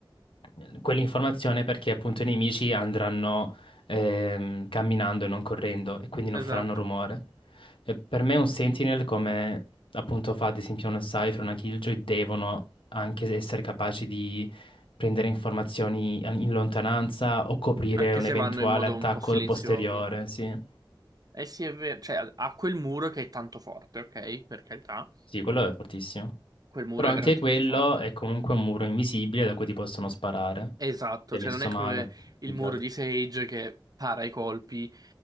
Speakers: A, on the left; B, on the right.
A: eh, quell'informazione perché appunto i nemici andranno ehm, camminando e non correndo e quindi non
B: esatto.
A: faranno rumore. E per me un Sentinel, come appunto fa ad esempio uno Cypher, una Killjoy, devono anche essere capaci di prendere informazioni in lontananza o coprire
B: Anche
A: un
B: se
A: eventuale
B: vanno in modo
A: attacco
B: un po' silenzioso.
A: posteriore, sì.
B: Eh sì, è vero, cioè ha quel muro che è tanto forte, ok? Per carità,
A: Sì, quello è fortissimo.
B: quel muro
A: Però anche
B: è veramente
A: quello
B: tanto forte.
A: è comunque un muro invisibile da cui ti possono sparare.
B: Esatto,
A: Ti è messo
B: cioè non è
A: male,
B: come il
A: più che
B: muro
A: altro.
B: di Sage che para i colpi,